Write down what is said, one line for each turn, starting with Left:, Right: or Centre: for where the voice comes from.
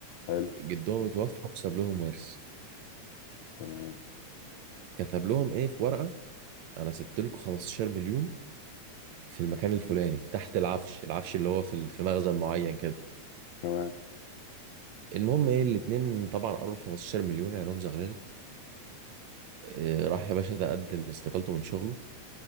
Left: حلو
Right: جدهم اتوفى وساب لهم ورث
Left: تمام
Right: كتب لهم ايه في ورقة انا سبت لكم 15 مليون في المكان الفلاني تحت العفش العفش اللي هو في ال- في مخزن معين كده
Left: تمام
Right: المهم ايه الاتنين طبعا قروا ال 15 مليون عينهم زغللت آه، راح يا باشا ده قدم استقالته من شغله